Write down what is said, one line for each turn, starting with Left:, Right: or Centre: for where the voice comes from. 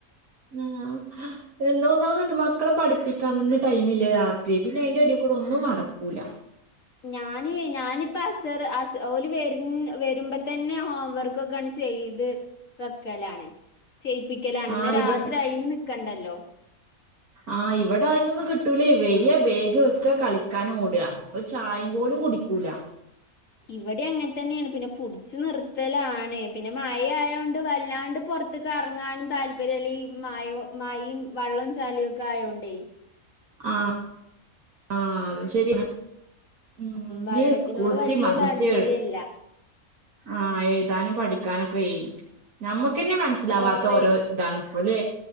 Right: ആഹ് എന്താ ഒന്നാമത് <unintelligible> മക്കളെ പഠിപ്പിക്കാൻ തന്നെ ടൈമില്ല രാത്രി പിന്നെ അയ്ന്റെ എടേ കൂടെ ഒന്നും നടക്കൂല്ല
Left: ഞാന് ഞാനിപ്പോ അസർ അസ ഓല് വർന വരുമ്പത്തെ തന്നെ ഹോംവർക്കൊക്കെണ്ട് ചെയ്ത് വെക്കലാണ് ചെയ്യിപ്പിക്കലാണ്
Right: ആ
Left: ഇന്ന രാത്രി
Right: ഇവിടെ
Left: അയിന് നിക്കണ്ടാലോ
Right: ആഹ് ഇവടെ അതിനൊന്നും കിട്ടൂലേ വരാ ബേഗ് വെക്ക കളിക്കാൻ ഓട ഒരു ചായം പോലും കുടിക്കൂല
Left: ഇവിടെ അങ്ങനെ തന്നെയാണ് പിന്നെ പുട്ച്ചു നിർത്തലാണ് പിന്നെ മഴ ആയോണ്ട് വല്ലാണ്ട് പൊർ- ത്ത്ക്ക് അർങ്ങാനും താല്പര്യം അല്ലേ ഈ മായോ മഴിം വള്ളും ചളിയും ഒക്കെ ആയോണ്ടേ
Right: ആഹ് ആഹ് അത് ശരിയാണ് ഉം
Left: വള്ളത്തിനോട്
Right: ഈ സ്കൂള്ത്തി
Left: വല്യ
Right: മദ്രസത്തി
Left: താല്പര്യല്ല
Right: എയു ആഹ് എഴുതാനും പഠിക്കാനൊക്കെ നമ്മക്കന്നെ മനസ്സിലാവാത്ത
Left: കൊറേ
Right: ഓരോ ഇതാണ് ഇപ്പോ ലെ